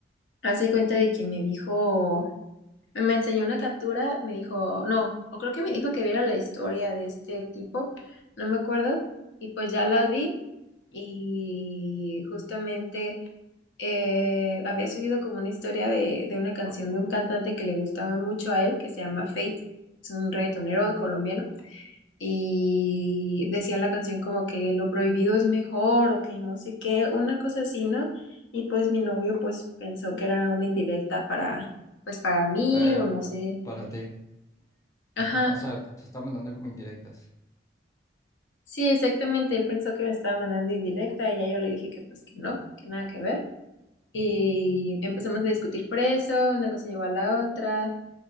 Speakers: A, on the left (about 85°); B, on the left (about 20°).
A: hace cuenta de que me dijo, me me enseñó una captura, me dijo, no, o creo que me dijo que viera la historia de este tipo, no me acuerdo, y pues ya la vi y justamente eh, había subido como una historia de, de una canción de un cantante que le gustaba mucho a él, que se llama Fate, es un reggaetonero colombiano, y decía la canción como que lo prohibido es mejor o que no sé qué, una cosa así, ¿no? Y pues mi novio pues pensó que era una indirecta para, pues para mí
B: A él,
A: o no sé.
B: para ti.
A: Ajá,
B: Ajá, o sea, te está mandando como indirectas.
A: sí, exactamente, él pensó que me estaba mandando indirecta y ya yo le dije que pues que no, que nada que ver. Y empezamos a discutir por eso, una cosa llevó a la otra.